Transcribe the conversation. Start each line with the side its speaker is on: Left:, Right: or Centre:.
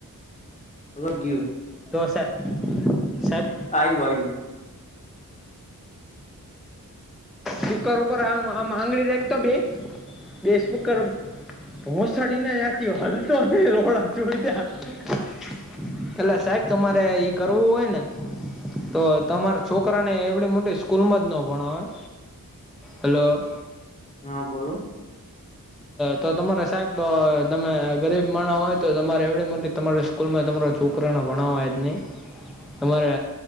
Left: અગત ઘું <unintelligible>
Centre: તો સાહે સાહેબ
Left: આવું આવ્યું.
Centre: કુકર ઉપર આમ આમ આંગળી રેખતો બે, બેસ કુકર પોહસાડીનેચ હલ તો રોડા જોઈ <unintelligible> એટલે સાહેબ તમારે ઈ કરવું હોય ને. તો તમારા છોકરાને એવડી મોટી સ્કૂલમાં જ ન ભણાવાય. હલો.
Left: હા બોલો.
Centre: તો તમારે સાબ તમે ગરીબ માણા હોય તો તમારે એવડી મોટી તમારા સ્કૂલ માં તમારા છોકરા ના ભણાવવાય જ નહી. અમારે